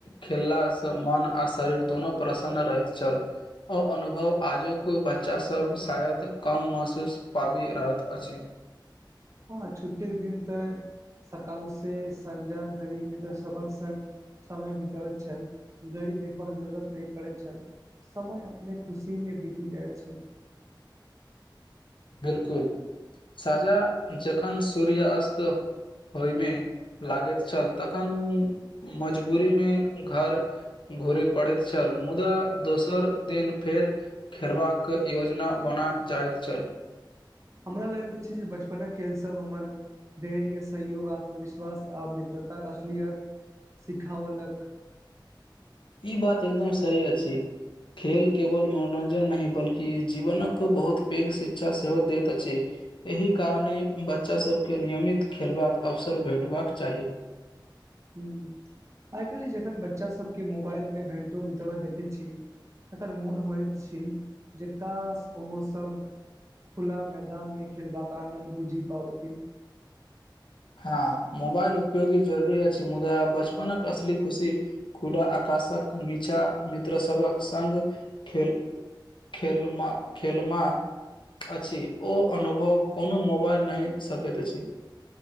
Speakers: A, on the left; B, on the right.
A: खेललासँ मन आ शरीर दुोनू प्रसन्न रहैत छल ओ अनुभव आजु के बच्चा सभ शायद कम महसूस पाबि रहत अछि।
B: ह छुट्टीके दिन तऽ सकालसँ सझा धरीमे तऽ सभके संगे समय बतब छैल घरी देखबाक जरूरत न पड़े छैल समय अपने खुशी मे बीति जाइत छै
A: बिल्कूल साजा जखन सूर्य अस्त ओहिमे लागैत छल तखन मजबूरी मे घर। घुरे पड़ैत छल मुदा दोसर दिन फेर। खेलबा कऽ योजना बना जाइत छल
B: हमरा लगैत छै जे बचपने खेल सभ हमर धैर्य सहयोग आत्मविश्वास आ मित्रता के असलियत सिखओल कऽ
A: ई बात एकदम सही अछि। खेल केवल मनोरंजन नहि बल्कि जीवन कऽ बहुत पैघ शिक्षा सेहो दैत अछि एहि कारणे बच्चा सभके नियमित खेलबाक अवसर भेटबाक चाही
B: हैं आइ काल्हि जखन बच्चासभके मोबाइलमे घण्टो बितबऽ देखैत छी तखन मोन होइत छी जे कास ओहो सभ खुला मैदान में खेल बाक आनन्द बुझि पावती
A: हँ मोबाईल उपयोगी जरुररी अछि मुदा बचपनक असली खुशी खुला आकाशक नीचा मित्र सबहक संग खेल खेल मा खेल मा अछि ओ अनुभव कोनो मोबाइल नै सकैत अछि